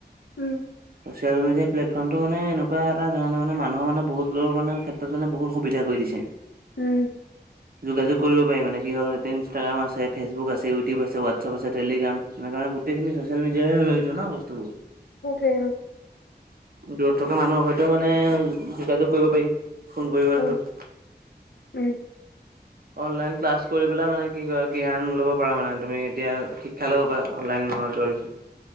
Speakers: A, on the left (about 80°); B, on the right (about 60°).
A: um
B: social media প্লেটফৰ্মটো মানে এনেকুৱা এটা ধৰণৰ মানে মানুহ মানে বহুত দূৰৰ মানে ক্ষেত্ৰত মানে বহুত সুবিধা কৰি দিছে
A: উম
B: যোগাযোগ কৰিব পাৰি মানে কি হ'ল এতিয়া ইনষ্টাগ্ৰাম আছে ফেচবুক আছে আছে ইউটিউব আছে হোৱাটছআপ আছে টেলিগ্ৰাম সেই কাৰণে গোটেইখিনি চচিয়েল মিডিয়াৰে় জৰিত ন বস্তুবোৰ।
A: <inaudible>
B: দূৰত থকা মানুহৰ সয়তেও মানে যোগাযোগ কৰিব পাৰি ফোন কৰি গলে
A: আৰু।
B: হ'ল।
A: উম
B: অনলাইন ক্লাছ কৰি পেলাই মানে কি কৈ জ্ঞান ল'ব পাৰা মানে তুমি এতিয়া শিক্ষা ল'ব পাৰা। অনলাইন <inaudible>